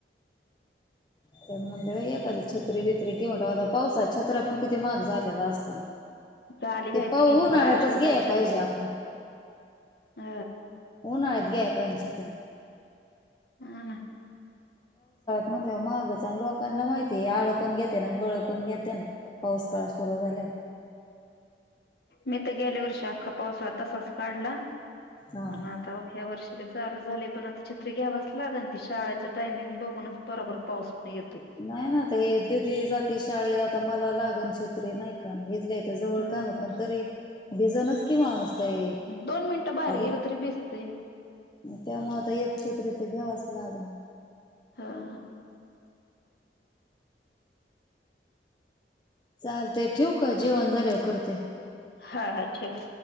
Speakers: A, on the left; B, on the left.
A: त्या म्हणजले एखादी छत्री बित्री कऊनता पावसाात छत्रा पण किती महाग झालेला असतना
B: झाली
A: ते
B: बाई
A: पाह
B: तीनशे
A: उन्हाळ्यातच
B: चारशे रुपयाला
A: ग्या
B: छत्री
A: पाहिजे आपण
B: ह
A: उन्हाळ्यात घ्यायला पाहिजे छत्र्या
B: हा ना
A: म्हणलं महागच आणि लोकांना माहितीय आळ पण घेते ना आणि बळं पण घेते ना पाऊस काळ सुरू झाल्या
B: मी तर गेले वर्षी अख्खा पाऊस तसाच काढला
A: हा
B: आणि आता हया वर्षी छ चालू झाले पण आता छत्री घ्यावाच लागल ती शाळेचं टायमिंग बघूनच बरोबर पाऊस येतोय.
A: नाही ना ददी जाती शाळे जात मला लागन छत्री नाही का हेतले जवळ
B: हा
A: काम आहे पण तरी भिजेलच कि माणूस काय
B: दोन मिनिटं बाहेर
A: खर
B: गेलं
A: ये.
B: तरी भिजतंय.
A: त्यामुळे आता एक छत्री तर घ्यावाच लागल.
B: हा
A: चालते ठेवू का जेवण झाल्यावर करते.
B: हा हा ठेव.